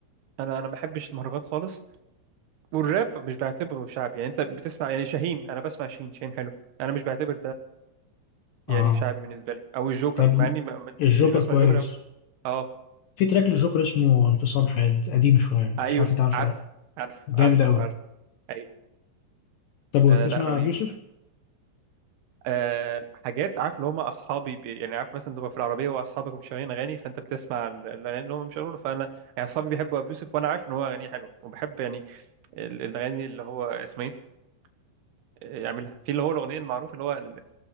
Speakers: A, on the right (about 65°); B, on the left (about 85°).
A: انا انا ما بحبش المهرجانات خالص والراب مش بعتبره شعب يعني انت بتسمع يعني شاهين انا بسمع شاهين شاهين حلو انا مش بعتبر
B: اه
A: يعني شعبي بالنسبه لي او الجوكر
B: طب
A: مع اني ما- ما-
B: الجوكر
A: مش بسمع
B: كويس
A: جوكر أوي اه
B: في تراك للجوكر اسمه انفصام حاد قديم شوية
A: ايوه
B: مش عارف انت عارفه
A: عارفه
B: ولا لأ.
A: عارفه
B: جامد
A: عارفه
B: قوي
A: عارفه ايوه
B: طب وبتسمع
A: آه لا رهيب
B: بيوسف؟
A: آه حاجات عارف اللي هم اصحابي بي يعني عارف مثلا تبقى في العربيه واصحابك مش شغالين اغاني فانت بتسمع ال- الاغاني اللي هم مش شغالين فانا يعني اصحابي بيحبوا ابي يوسف وانا عارف ان هو اغانيه حلوه وبحب يعني ال- الاغاني اللي هو اسمه ايه آه، يعملها في اللي هو الاغنيه المعروفه اللي هو ال-